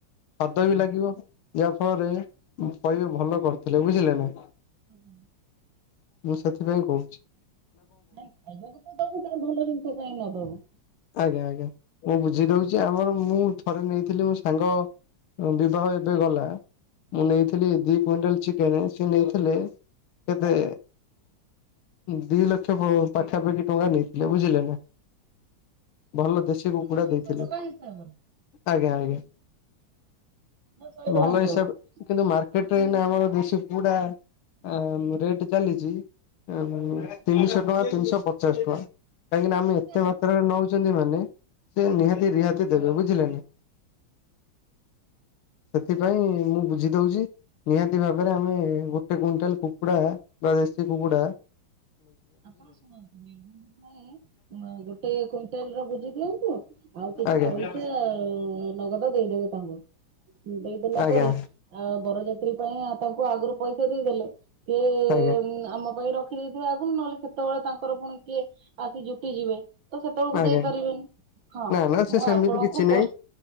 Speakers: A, on the left (about 75°); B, on the right (about 60°).
A: ସ୍ଵାଦ ବି ଲାଗିବ। ଯାହାଫଳରେ କହିବେ ଭଲ କରିଥିଲେ ବୁଝିଲେ ନା।
B: ଆଜ୍ଞା।
A: ମୁଁ ସେଥିପାଇଁ କହୁଚି।
B: ନାଇଁ ଖାଇବାକୁ ତ ଦବୁ କାଇଁ ଭଲ ଜିନିଷ କାଇଁ ନ ଦବୁ।
A: ଆଜ୍ଞା ଆଜ୍ଞା ମୁଁ ବୁଝିଦଉଚି ଆମର ମୁଁ ଥରେ ନେଇଥିଲି ମୋ ସାଙ୍ଗ ବିବାହ ଏବେ ଗଲା। ମୁଁ ନେଇଥିଲି ଦି କୁଇଣ୍ଟାଲ ଚିକେନ, ସିଏ ନେଇଥିଲେ କେତେ ଦି ଲକ୍ଷ ପାଖାପାଖି ଟଙ୍କା ନେଇଥିଲେ ବୁଝିଲେ ନା। ଭଲ ଦେଶୀ
B: ଧରନ୍ତୁ
A: କୁକୁଡ଼ା
B: ଦୁଇଶହ
A: ଦେଇଥିଲେ।
B: ଟଙ୍କା ହିସାବରେ
A: ଆଜ୍ଞା ଆଜ୍ଞା।
B: ମୋ ଶହେ ଟଙ୍କା
A: ଭଲ
B: ହେଇଥିବ।
A: ହିସାବ କିନ୍ତୁ ମାର୍କେଟରେ ଏଇନେ ଆମର ଦେଶୀ କୁକୁଡା ଆ ରେଟ୍ ଚାଲିଚି ଉଁ ତିନିଶହ ଟଙ୍କା ତିନିଶ ପଚାଶ ଟଙ୍କା। କାହିଁକି ନା ଆମେ ଏତେ
B: ତା
A: ମାତ୍ରାରେ ନଉଚନ୍ତି ମାନେ ସେ ନିହାତି ରିହାତି ଦେବେ ବୁଝିଲେ ନା। ସେଥିପାଇଁ ମୁଁ ବୁଝିଦଉଚି ନିହା ତି ଭାବେରେ ଆମେ ଗୋଟେ କୁଇଣ୍ଟାଲ କୁକୁଡା ବା ଦେଶୀ କୁକୁଡା
B: ଆପଣ ଶୁଣନ୍ତୁ ନିର୍ବନ୍ଧ ପାଇଁ ଗୋଟାଏ କୁଇଣ୍ଟାଲର ବୁଝିଦିଅନ୍ତୁ। ଆଉ କିଛି
A: ଆଜ୍ଞା
B: ପଇସା ନଗଦ ଦେଇଦେବେ ତାଙ୍କୁ, ଦେଇଦେଲା
A: ଆଜ୍ଞା
B: ପରେ ଆ ବରଯାତ୍ରୀ ପାଇଁ ତାଙ୍କୁ ଆଗରୁ ପଇସା ଦେଇଦେଲେ ସିଏ
A: ଆଜ୍ଞା
B: ଆମ ପାଇଁ ର ଖି ଦେଇଥେବେ ଆଗୁରୁ ନହେଲେ ସେତବଳେ ତାଙ୍କର ପୁଣି କିଏ ଆସି ଜୁଟିଯିବେ। ତ ସେତବେଳକୁ
A: ଆଜ୍ଞା
B: ଦେଇପାରିବେନି, ହଁ
A: ନା ନା ସେ
B: ମୁଁ
A: ସେମିତି
B: ଆପଣଙ୍କୁ
A: କିଛି ନାହିଁ
B: ପ